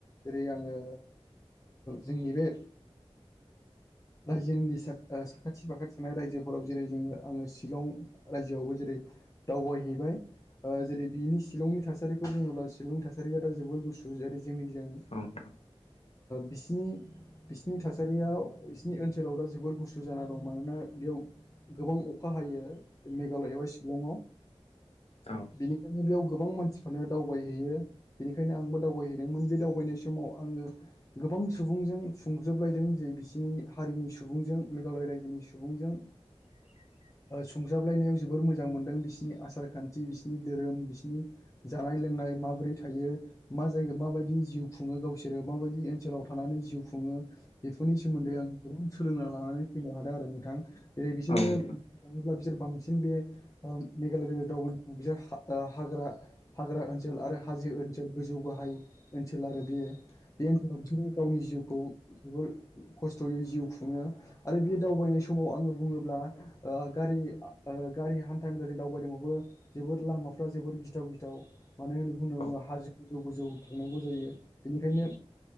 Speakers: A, on the left; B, on the left.
A: जेरै आंङो जोंनि बे रायजोनि साखाथि फाखाथि थानाय रायजोफोराव जेरै जोंङो आंङो शिलं रायजोआवबो जेरै दावबायहैबाय जेरै बिनि शिलंनि थासारिखौ बुंङोब्ला शिलं थासारिया दा जोबोर गुसु जेरै जोंनिजों
B: औ नोंथां
A: बिसनि बिसिनि थासारियाव बिसोरनि ओनसोलाव दा जोबोर गुसु जाना दं मानोना बेयाव गोबां अखा हायो बे मेघालया एबा शिलंआव
B: औ
A: बेनिखायनो बेयाव गोबां मानसिफ्रानो दावबायहैयो बेनिखायनो आंबो दावबायहैदोंमोन बे दावबायनाय समाव आंङो गोबां सुबुंजों सुंज्रोबलायदों जे बिसिनि हारिनि सुबुंजों मेघालय रायजोनि सुबुंजों
B: <inaudible>
A: सुजाबलायनायाव जोबोर मोजां मोनदों बिसिोरनि आसार खान्थि बिसिनि धोरोम बिसिनि जानाय लोंनाय माबोरै थायो मा <unintelligible> जिउ खुंङो गावसोरो माबायदि ओनसोलाव थानानै जिउ खुंङो बेफोरनि सोमोन्दै आं सोलोंना लानानै नुनो हादों आरो नोंथां जेरै बिसोरो
B: औ नोंथां
A: बांसिन बे मेघालय दाव बिसोर हाग्रा हाग्रा हाग्रा ओनसोल आरो हाजो ओनसोल गोजौ गाहाय ओनसोल आरो बियो बे ओनसोलाव बिसोरो गावनि जिउखौ जोबोर खस्थ'यै जिउ खुंङो आरो बे दावबायनाय सम समाव आंङो बुंङोब्ला ओ गारि गारि हान्था मेला जों दावबायदोंबबो जोबोर लामा <unintelligible> जोबोर गिथाव गिथाव मानो होननानै बुंना
B: औ
A: बुंङो हाजो गोजौ गोजौ थांनांगौ जायो । बेनिखायनो